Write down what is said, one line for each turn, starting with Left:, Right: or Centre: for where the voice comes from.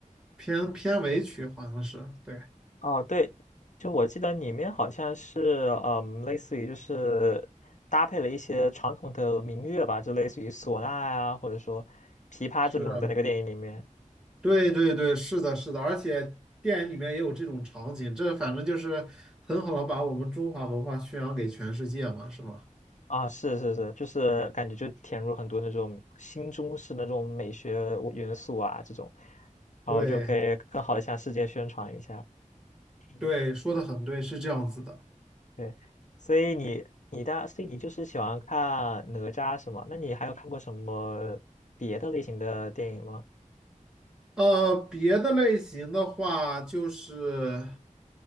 Centre: 片片尾曲，好像是，对，
Left: 哦，对，就我记得里面好像是嗯，类似于就是搭配了一些传统的民乐吧，就类似于唢呐呀、或者说琵琶这种，
Centre: 是，
Left: 在那个电影里面。
Centre: 对对对，是的，是的，而且电影里面也有这种场景，这反正就是很好的把我们中华文化宣扬给全世界嘛，是吧？
Left: 啊，是是是，就是感觉就填入很多那种新中式的那种美学元素啊，这种，然后就可以更好的向世界宣传一下。
Centre: 对对，
Left: 嗯，
Centre: 说的很对，是这样子的。
Left: 对，所以你你的所以你就是喜欢看哪吒是吗？那你还有看过什么别的类型的电影吗？
Centre: 呃，别的类型的话，就是